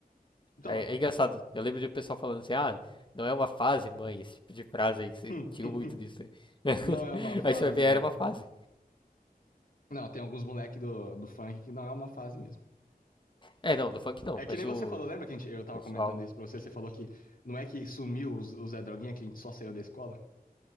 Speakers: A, on the left; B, on the left.
A: Então,
B: É, é engraçado. Eu lembro de um pessoal falando assim, ah, não é uma fase, mãe, esse tipo de frase aí, que você
A: <laughs>
B: tinha muito disso aí. <laughs>
A: não é uma fase,
B: Aí você vai ver,
A: mãe.
B: era uma fase.
A: Não, tem alguns moleque do, do funk que não é uma fase mesmo.
B: É, não, do funk não,
A: É que
B: mas
A: nem você
B: o
A: falou, lembra que a gente, eu tava
B: pessoal.
A: comentando isso pra você? Você falou que não é que sumiu os, os Zé Droguinha, que a gente só saiu da escola?